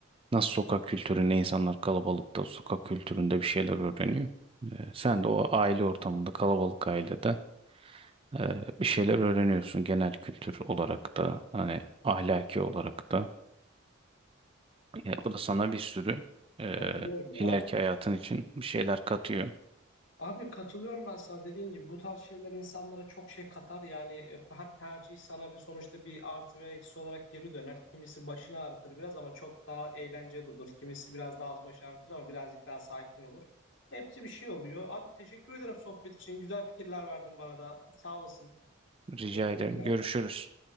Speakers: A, on the right (about 25°); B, on the left (about 60°).
A: nasıl sokak kültüründe insanlar kalabalıkta sokak kültüründe bir şeyler öğreniyor. Ee, sen de o aile ortamında kalabalık ailede ee, bir şeyler öğreniyorsun genel kültür olarak da hani ahlaki olarak da. E, o da sana bir sürü e,
B: Katılıyorum ya.
A: ileriki hayatın için bir şeyler katıyor.
B: Abi katılıyorum ben sana dediğin gibi bu tarz şeyler insanlara çok şey katar yani e, her tercih sana bir sonuçta bir artı ve eksi olarak geri döner. Kimisi başını ağrıtır biraz ama çok daha eğlenceli olur. Kimisi biraz daha az baş ağrıtır ama birazcık daha sakin olur. Hepsi bir şey oluyor. Abi teşekkür ederim sohbet için. Güzel fikirler verdin bana da. Sağ olasın.
A: Rica
B: Görüşmek
A: ederim.
B: üzere.
A: Görüşürüz.